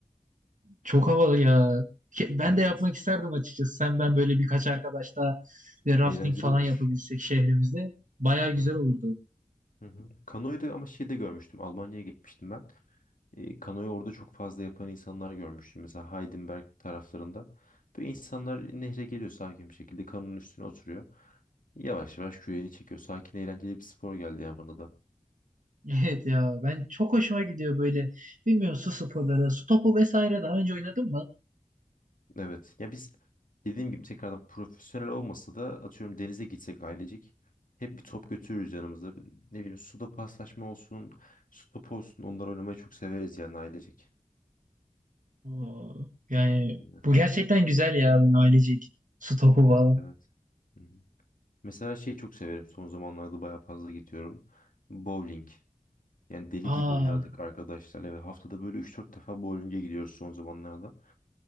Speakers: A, on the right; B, on the left.
A: Çok havalı ya. Ke- Ben
B: Evet.
A: de yapmak isterdim açıkçası. Sen ben böyle birkaç arkadaş daha ve rafting
B: Eğlenceli
A: falan
B: olur.
A: yapabilsek şehrimizde. bayağı güzel
B: Evet.
A: olurdu.
B: Hı hı. Kanoyu da ama şeyde görmüştüm. Almanya'ya gitmiştim ben. E, kanoyu orada çok fazla yapan insanlar görmüştüm. Mesela Heidenberg taraflarında. Böyle insanlar nehre geliyor sakin bir şekilde. Kanonun üstüne oturuyor. Yavaş yavaş küreğini çekiyor. Sakin eğlenceli bir spor geldi ya bana da.
A: Evet ya ben çok hoşuma gidiyor böyle bilmiyorum su sporları, su topu vesaire daha önce oynadın mı?
B: Evet. Ya biz dediğim gibi tekrardan profesyonel olmasa da atıyorum denize gitsek ailecek. Hep bir top götürürüz yanımızda. Ne bileyim suda paslaşma olsun, su topu olsun. Onlar oynamayı çok severiz yani ailecek.
A: Oo, yani
B: Evet.
A: bu gerçekten güzel ya böyle ailecek su topu
B: Evet
A: falan.
B: evet. Hı hı. Mesela şeyi çok severim. Son zamanlarda bayağı fazla gidiyorum. Bowling. Yani deli
A: Aa
B: gibi oynardık arkadaşlarla ve haftada böyle üç dört defa bowling'e gidiyoruz son zamanlarda.